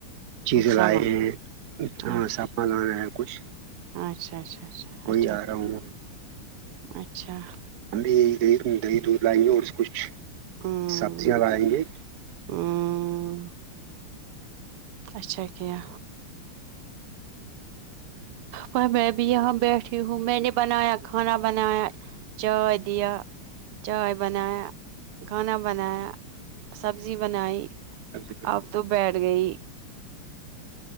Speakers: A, on the right (about 55°); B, on the right (about 80°).
A: چیزیں
B: سمجھ
A: لائے ہیں ہاں
B: اچھا
A: سپان لانا ہے کچھ
B: اچھا اچھا اچھا
A: وہی
B: اچھا
A: آ رہا ہوں
B: اچھا
A: ہمب بھی یہ دی دہی دودھ لائیں گے اور کچھ
B: ہمم
A: سبزیاں لگائیں گے
B: ہمم اچھا کیا پر میں بھی یہاں بیٹھی ہوں میں نے بنایا کھانا بنایا چادیا چائے بنایا کھانا بنایا سبزی بنائی
A: ہ
B: اب تو بیٹھ گئی